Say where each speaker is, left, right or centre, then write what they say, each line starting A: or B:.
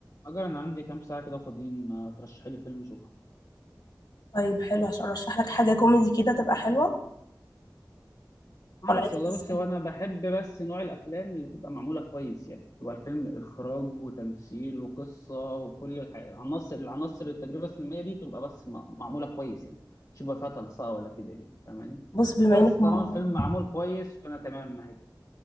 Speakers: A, on the left; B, on the left.
A: أجل أنا عندي كام ساعة كده فاضيين ما ترشحي لي فيلم أشوفه
B: طيب حلو عشان ارشح لك حاجه كوميدي كده تبقى حلوه
A: ما أعرفش
B: ولا عايز
A: والله
B: قصة؟
A: بصي هو أنا بحب بس نوع الأفلام اللي تبقى معمولة كويس يعني تبقى الفيلم إخراج وتمثيل وقصة وكل الح- العناصر العناصر التجربة السينمائية دي تبقى بس م- معمولة كويس يعني مش يبقى فيها تلصقة ولا كده يعني فاهماني
B: بص بما
A: بس
B: انك
A: طالما
B: م-
A: الفيلم معمول كويس فأنا تمام معاك